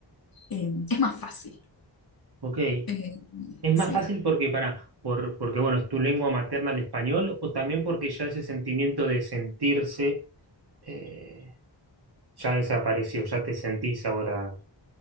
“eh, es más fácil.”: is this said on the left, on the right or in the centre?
Left